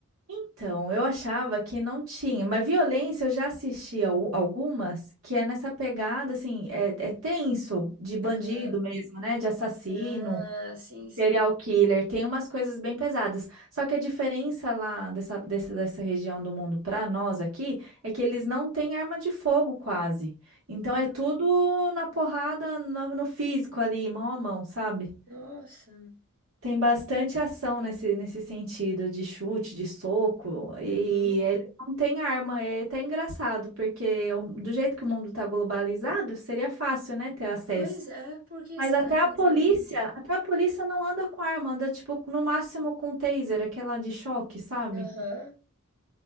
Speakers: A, on the right; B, on the right.
A: Então, eu achava que não tinha, mas violência eu já assisti al- algumas que é nessa pegada, assim, é, é tenso, de bandido
B: Ah,
A: mesmo, né? De assassino,
B: ah, sim, sim.
A: serial killer, tem umas coisas bem pesadas. Só que a diferença lá dessa, dessa, dessa região do mundo para nós aqui é que eles não têm arma de fogo quase. Então
B: Ah,
A: é tudo na porrada, no, no físico ali, mão a mão, sabe?
B: nossa.
A: Tem bastante ação nesse, nesse sentido de chute, de soco, e
B: Uhum.
A: ele não tem arma. É até engraçado, porque o- do jeito que o mundo tá globalizado, seria fácil, né, ter acesso.
B: Pois é, por que
A: Mas
B: será
A: até
B: que
A: a
B: eles
A: polícia,
B: não.
A: até a polícia não anda com arma, anda tipo no máximo com taser, aquela de choque, sabe?
B: Aham.